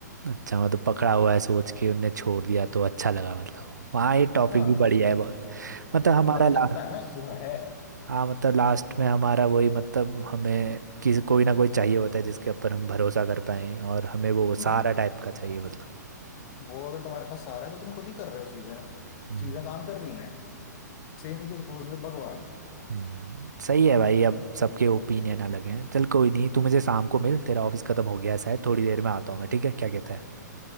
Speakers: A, on the right; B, on the left.
A: अच्छा मतलब पकड़ा हुआ है सोच के उनने छोड़ दिया तो अच्छा लगा मतलब वहाँ ये टॉपिक
B: हाँ
A: भी बढ़िया
B: तो
A: है बहुत मतलब हमारा
B: फिर पता
A: ला
B: चलता है ना कि हाँ, है
A: हाँ मतलब लास्ट में हमारा वही मतलब हमें किसी कोई ना कोई चाहिए होता है जिसके ऊपर हम भरोसा कर पाए और हमें वो सहारा
B: हम्म
A: टाइप का चाहिए मतलब
B: वो अगर तुम्हारे पास सहारा है तो तुम खुद ही कर रहे हो चीजें
A: हम्म।
B: चीजें काम कर रही हैं सेम चीज गोज विद भगवान
A: हम्म, सही है भाई अब सबके ओपिनियन अलग हैं चल कोई नहीं तू मुझे शाम को मिल तेरा ऑफिस खत्म हो गया है शायद थोड़ी देर में आता हूँ मैं ठीक है क्या कहता है